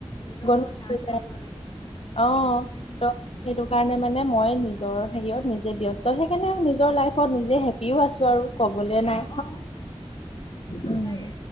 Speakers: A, on the left; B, on the left.
A: নিজৰ
B: গধূলি
A: ঘৰত কাম
B: হৈ যায়
A: কৰিব লাগে
B: অ ত
A: উম
B: সেইটো কাৰণে মানে মই নিজৰ হেৰিয়ত নিজে ব্যস্ত সেইকাৰণে নিজৰ লাইফত নিজে হেপিও আছোঁ আৰু কবলে নাই
A: অ অ সচাকে
B: উম